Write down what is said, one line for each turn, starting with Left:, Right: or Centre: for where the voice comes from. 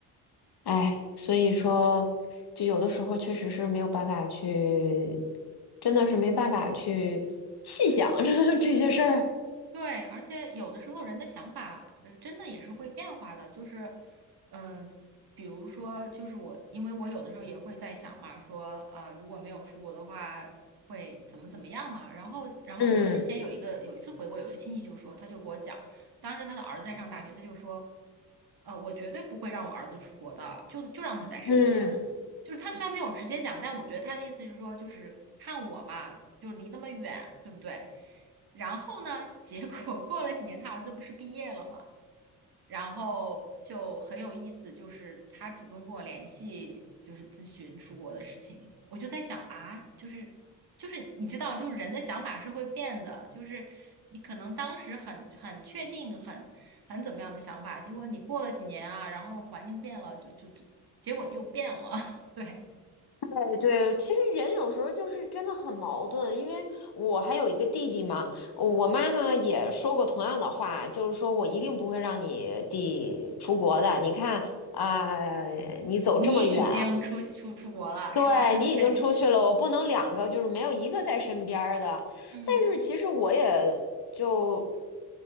Left: 哎，所以说，就有的时候确实是没有办法去，真的是没办法去细想 <laughs> 这这些事儿。
Right: 对，而且有的时候人的想法，呃，真的也是会变化的。就是，嗯、比如说，就是我，因为我有的时候也会在想嘛，说，呃，如果没有出国的话，会怎么怎么样嘛。然后，然后我之前有一个有一次回国，
Left: 嗯
Right: 有个亲戚就说，他就给我讲，当时他的儿子在上大学，他就说，呃，我绝对不会让我儿子出国的，就就让他在身边。
Left: 嗯，
Right: 就是他虽然没有直接讲，但我觉得他的意思是说，就是看我嘛，就离那么远，对不对？然后呢，结果过了几年，他儿子不是毕业了嘛，然后就很有意思，就是他主动跟我联系，就是咨询出国的事情。我就在想啊，就是就是你知道，就是人的想法是会变的，就是你可能当时很很确定、很很怎么样的想法，结果你过了几年啊，然后环境变了，就就就结果又变了。<laughs> 对，
Left: 对对，其实人有时候就是真的很矛盾，因为我还有一个弟弟嘛，我妈呢也说过同样的话，就是说我一定不会让你弟出国的，你看啊，你走这么远，
Right: 你已经出出出国了，
Left: 对，
Right: 是吧？
Left: 你已经出去了，
Right: <laughs> 对，
Left: 我不能两个就是没有一个在身边儿的。
Right: 嗯。
Left: 但是其实我也就